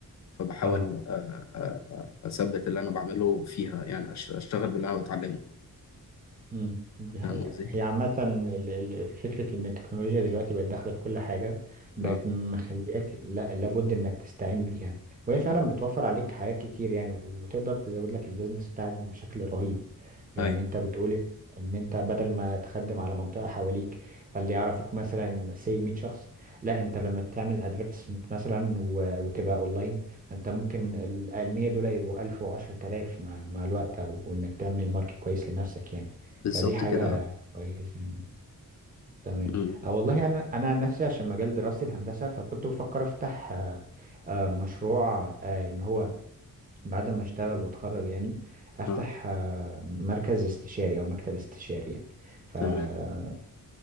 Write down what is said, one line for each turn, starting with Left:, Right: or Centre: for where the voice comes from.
Left: فبحاول
Right: اه
Left: أ- أ- أثبت اللي أنا بعمله فيها يعني أش- أشتغل باللي أنا بتعلمه
Right: امم دي حقيقة
Left: فاهم قصدي؟
Right: هي عامة ال- ال- فكرة إن التكنولوجيا دلوقتي بقت داخلة في كل حاجة بقت
Left: آه
Right: مخليك لا لابد إنك تستعين بيها وهي فعلا
Left: آه
Right: بتوفر عليك حاجات كتير يعني وتقدر تزود لك البيزنس بتاعك بشكل رهيب يعني
Left: أيوه
Right: أنت بتقول إن أنت بدل ما تخدم على منطقة حواليك فاللي يعرفوك مثلا سي 100 شخص لا أنت لما تعمل ادفرتسمنت مثلا و- وتبقى أونلاين أنت ممكن ال 100 دول يبقوا 1000 و10000 مع مع الوقت أو إنك تعمل ماركت كويس لنفسك يعني
Left: بالظبط
Right: فدي حاجة
Left: كده آه
Right: كويسة يعني تمام
Left: مم.
Right: أه والله أنا أنا عن نفسي عشان مجال دراستي الهندسة فكنت بفكر أفتح آه، آه، مشروع آه، إن هو بعد ما أشتغل وأتخرج يعني أفتح
Left: آه.
Right: آه، مركز استشاري أو مكتب استشاري يعني فأنت
Left: تمام